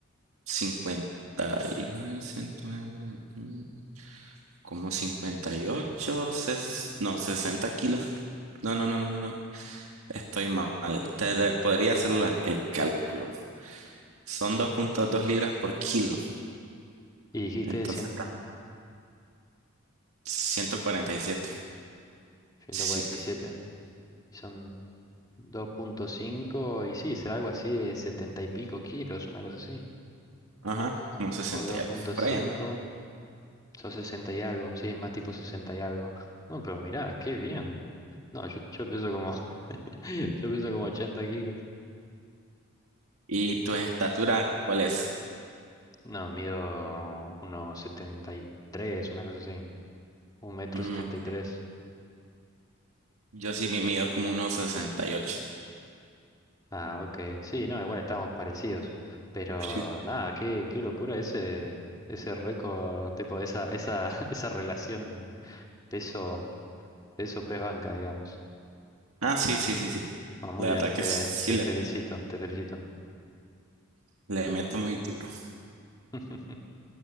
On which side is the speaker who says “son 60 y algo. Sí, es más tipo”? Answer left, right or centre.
Left